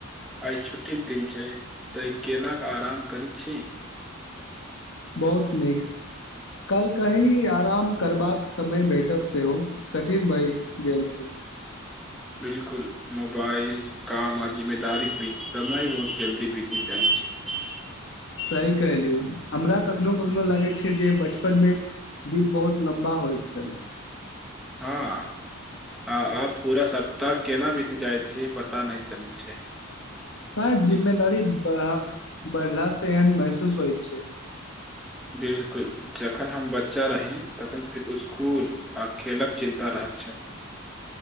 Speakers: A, in the centre; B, on the left.
A: आइ छुट्टीके दिन छय तऽ केल आराम करैत छी
B: बहुत नीक कल कही आराम करबाक समय भेटब सेहो कठिन भए गेल सेहो
A: बिलकुल मोबाइल काम आ जिम्मेदारी बीच समय बहुत जल्दी बीत जाइत छै
B: सही कहलियू हमरा कखनो कखनो लागैत छै जे बचपन मे दिन बहुत लम्बा होइत छल
A: हँ आ आब पूरा सप्ताह केना बीति जाइ छै पता नहि चलै छै
B: शायद जिम्मेदारी बढा बढ़लासँ एहन महसूस होइत छै
A: बिल्कुल जखन हम बच्चा रही तखन सिर्फ स्कूल आ खेलक चिन्ता रहैत छल